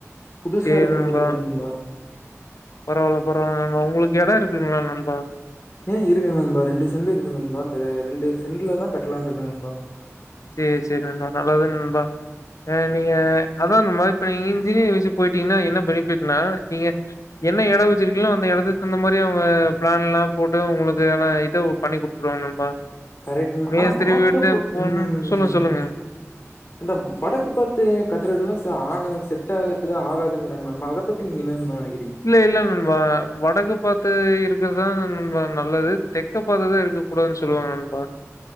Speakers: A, on the left; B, on the left.
A: புதுசா
B: சேரி
A: இருக்ற
B: நண்பா
A: மாரி இருக்கனு ம்பா
B: பரவால்ல பரவால்ல நண் வா உங்ளுக்கு எடோ இருக்குங்களா நண்பா
A: ம் இருக்கு நண்பா ரெண்டு செண்டு இருக்கு நண்பா இந்த ரெண்டு செண்ட்லதா கட்டலான்ட்ருக்க நண்பா
B: சேரி சேரி நண்பா நல்லது ம்பா ம் நீங்க அதா நாமா இப்ப நீங்க இன்ஜினியர் வச்சு போயிட்டீங்கன்னா என்ன பெனிஃபிட்னா நீங்க என்ன எடோ வச்சிருக்கீங்களோ அந்த எடத்திக்கு தகுந்த மாரி அவங்க பிளான்ல்லா போட்டு உங்ளுக்கு ஆனா இதோ பண்ணி குடுத்துருவாங்க நண்பா
A: கரெட்ன்
B: மேஸ்திரி
A: ஆனா மாத்தப்பு
B: வீட்ட போனு
A: உம்
B: சொல்லுங்க
A: ம்
B: சொல்லுங்க
A: இந்த வடக்கு பாத்து கத்துறதெல்லா ஸ் ஆகாது செட் ட எது ஆகாதுங்றாங்க நம் அத பத்தி நீங்க என்ன நனைக்
B: இல்ல இல்ல நண்பா வடக்கு பாத்து இருக் இருக்கறதா நண்பா நல்லது தெக்க பாத்துதா இருக்க கூடாதுன்னு சொல்லுவாங்க நண்பா